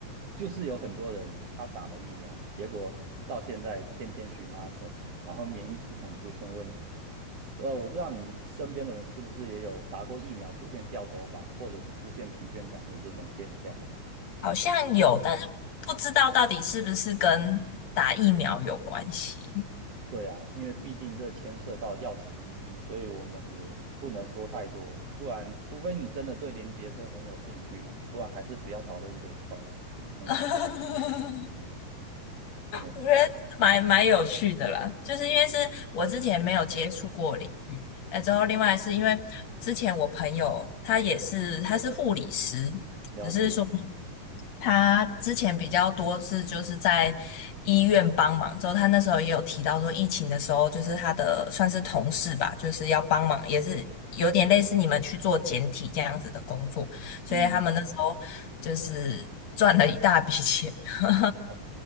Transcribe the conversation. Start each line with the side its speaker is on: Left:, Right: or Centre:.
Right: 就是有很多人他打了疫苗，结果到现在天天荨麻疹，然后免疫系统出现问题。呃，我不知道你身边的人是不是也有打过疫苗出现掉头发，或者是出现疲倦感的这种现象。
Left: 好像有，但是不知道到底是不是跟打疫苗有关系。
Right: 对啊，因为毕竟这牵涉到药厂利益，所以我们也不能说太多，不然除非你真的对连接是很有兴趣啦，不然还是不要讨论这一块。哎，
Left: <laughs>
Right: 哎，
Left: 我觉得蛮蛮有趣的啦，就是因为是我之前没有接触过领域，那之后另外是因为之前我朋友他也是他是护理师，
Right: 了解，
Left: 只是说。他之前比较多是就是在医院帮忙，之后他那时候也有提到说，疫情的时候就是他的算是同事吧，就是要帮忙，也是有点类似你们去做简体这样子的工作，所以他们那时候就是赚了一大笔钱。
Right: 嗯，
Left: <laughs>
Right: 哦，